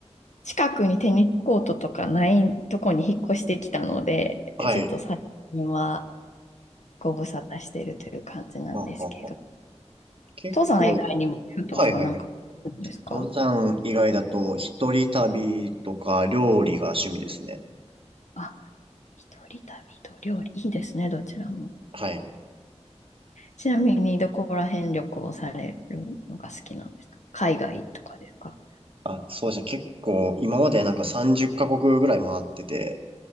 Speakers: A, on the left; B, on the right.
A: 近くにテニスコートとかないとこに引っ越してきたので、
B: はい。
A: ちょっと最近はご無沙汰してるという感じなんですけど、
B: ははは。結構、
A: 登山以外にも、ゆうとさんなんか、
B: はいはいはい。
A: どうですか
B: 登山以外だと一人旅とか料理が趣味ですね。
A: あ、一人旅と料理、いいですね、どちらも。
B: はい。
A: ちなみに、どこら辺旅行されるのが好きなんですか海外とかですか
B: あ、そうですね。結構、今までなんか30カ国ぐらい回ってて、